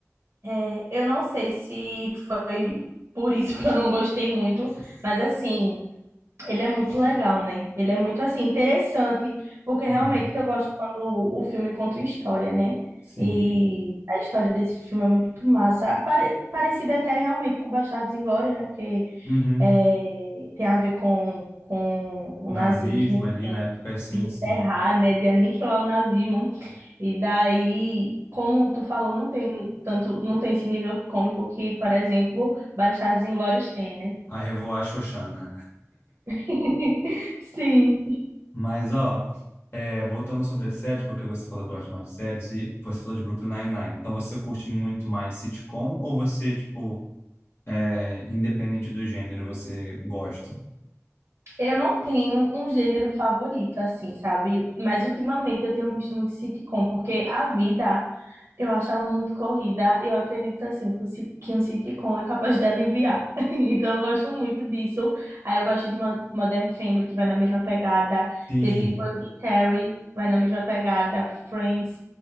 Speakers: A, on the right; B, on the left.
A: É, eu não sei se foi por isso que eu não gostei muito, mas assim. Ele é muito legal, né? Ele é muito assim interessante, porque
B: Uhum.
A: realmente eu gosto quando o o filme conta uma história, né?
B: Sim.
A: E a história desse filme é muito massa, Pare parecida até realmente com Bastardos Inglórios, né? Porque
B: Uhum.
A: é, tem a ver com, com o
B: Nazismo
A: nazismo, enfim,
B: ali na época, sim,
A: de encerrar,
B: sim.
A: né? De aniquilar o nazismo. E daí, como tu falou, não tem tanto, não tem esse nível cômico que, por exemplo, Bastardos Inglórios tem, né?
B: A Revoar Xoxana.
A: <laughs> Sim.
B: Mas, ó, é, voltando sobre as séries, porque você falou que gosta mais de séries e você falou de Brooklyn Nine-Nine. Então, você curte muito mais sitcom ou você, tipo, é, independente do gênero, você gosta?
A: Eu não tenho um gênero favorito, assim, sabe? Mas ultimamente eu tenho visto muito sitcom, porque a vida, eu acho ela muito corrida. Eu acredito, assim, que o sit- que um sitcom é capaz de aliviar. <laughs> Então eu gosto muito disso. Aí eu gosto de Mo- Modern Family, que vai na mesma pegada.
B: Sim,
A: The Big Bang Theory, vai na mesma pegada. Friends.